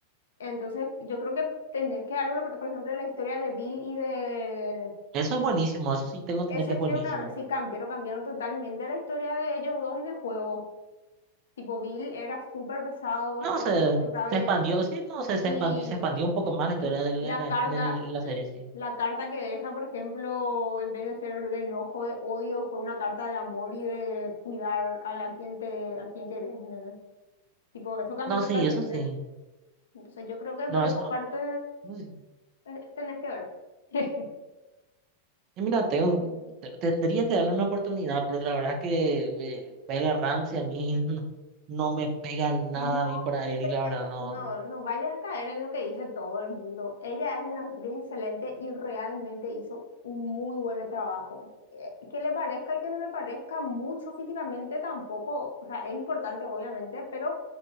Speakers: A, on the left (about 65°); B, on the right (about 40°).
A: Entonces, yo creo que tenés que darle una, por por ejemplo, la historia de Bill y de...
B: Eso es buenísimo, eso sí tengo entendido
A: Eso
B: que
A: hicieron
B: es buenísimo.
A: una... Sí, cambiaron, cambiaron totalmente la historia de ellos dos en el juego. Tipo, Bill era súper pesado,
B: No,
A: súper
B: se,
A: insoportable.
B: se expandió, sí, no, se,
A: Y
B: se expandió, se expandió un poco más la historia de la,
A: la
B: la-
A: carta,
B: en el- la serie, sí.
A: la carta que deja, por ejemplo, en vez de ser de enojo, de odio, fue una carta de amor y de cuidar a, a quien te, a quien querés, ¿entendés? Tipo, eso cambió
B: No,
A: totalmente.
B: sí, eso sí.
A: Entonces yo creo que
B: No,
A: por esa
B: eso,
A: parte
B: no, eso sí.
A: eh, tenés que ver. <laughs>
B: Y mira, tengo- te- tendría que darle una oportunidad, pero la verdad es que eh, Bella Ramsey a mí <laughs> no, no me pega nada
A: No,
B: a mí para él
A: pero
B: y la
A: eso,
B: verdad no.
A: no, no vayas a caer en lo que dice todo el mundo. Ella es una actriz excelente y realmente hizo un muy buen trabajo. Eh, que le parezca y que no le parezca mucho físicamente tampoco, o sea, es importante obviamente, pero